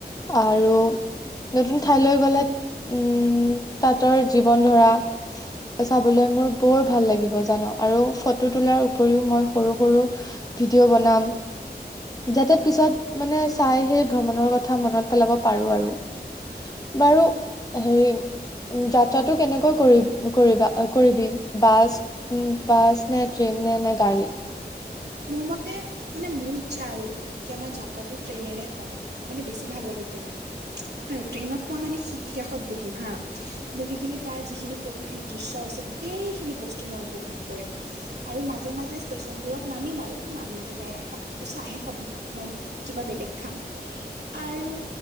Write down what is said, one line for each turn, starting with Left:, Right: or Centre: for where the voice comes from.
Left: আৰু নতুন ঠাইলৈ গ'লে উম তাতৰ জীৱন ধৰা চাবলে মোৰ বৰ ভাল লাগিব জান আৰু ফটো তোলাৰ উপৰিও মই সৰু সৰু ভিডিঅ' বনাম যাতে পিছত মানে চাই সেই ভ্ৰমণৰ কথা মনত পেলাব পাৰো আৰু। বাৰু হেৰি যাত- যাত্ৰাটো কেনেকৈ কৰি কৰিবা কৰিবি বাছ উম বাছ নে, ট্ৰেইন নে, নে গাড়ী
Right: মোৰ মতে মানে মোৰ ইচ্ছা আৰু কি আমাৰ যাত্ৰাতো ট্ৰেইনেৰে হওঁক মানে বেছি ভাল লাগে ট্ৰেইনত। আৰু ট্ৰেইনত মই মানে খিৰিকীৰ কাষত বহিম হা। বহি কিনে তাৰ যিখিনি প্ৰকৃতিৰ দৃশ্য আছে গোটেইখিনি বস্তু মই উপভোগ কৰিম। আৰু মাজে মাজে ষ্টেচনবোৰত নামিম আৰু নামি কিনে তহঁতেটো চাহে খাবি মই কিবা বেলেগ খাম। আৰু